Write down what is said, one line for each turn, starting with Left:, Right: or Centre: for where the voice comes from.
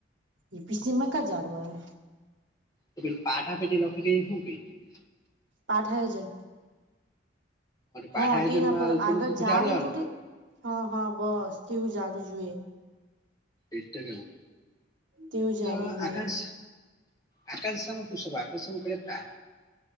Right: ઈ પીસીમાં કા જાડુ આવે.
Left: તો પેલુ પાઠ આપે તે લખે તે હું કેય?
Right: પાઠાય જાય. હો
Left: પાઠ આયોજનમાં
Right: તે ના પર
Left: ઉપરનું
Right: આગળ
Left: પૂઠું
Right: ઝાડ
Left: જાડું
Right: હુતું
Left: આવે
Right: તેહા હા બસ તેવું ઝાડું જુએ
Left: એટે કેવું?
Right: તેવું ઝાડું
Left: તો
Right: જોઈએ
Left: આકાંક્ષ. આકાંક્ષ સામા પુછો આકાશ ન પોયોગતા.